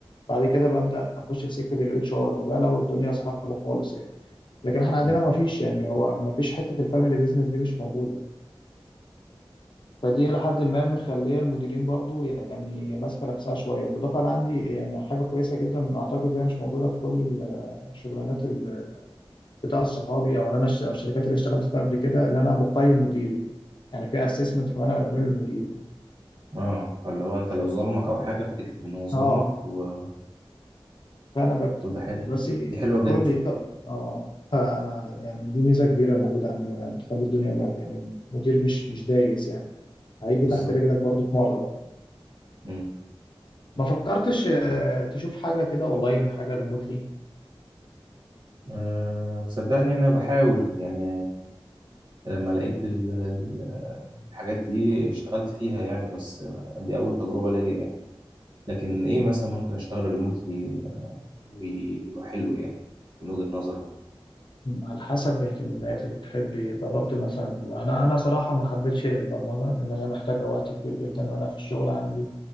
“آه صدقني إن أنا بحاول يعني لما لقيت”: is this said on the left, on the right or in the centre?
Right